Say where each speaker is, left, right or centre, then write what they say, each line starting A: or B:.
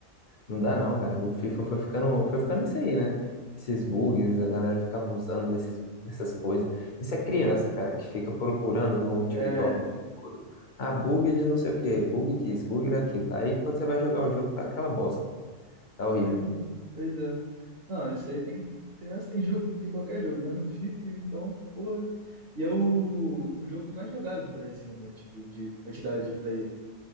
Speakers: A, on the left; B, on the right.
A: Não dá não, cara. O FIFA foi ficando, foi ficando isso aí, né? Esses bugs, a galera fica abusando desses, dessas coisas. Isso é criança, cara, que fica procurando no TikTok
B: É,
A: o dia todo. Ah, bug de não sei o quê, bug disso, bug daquilo. Aí quando você vai jogar o jogo, tá aquela bosta. Tá horrível.
B: Pois, pois é. Não, isso aí tem. Criança tem <laughs> jogo, tem qualquer jogo, mas no FIFA, então, porra. E é o, o jogo mais jogado no Brasil, né? Tipo, de quantidade de player.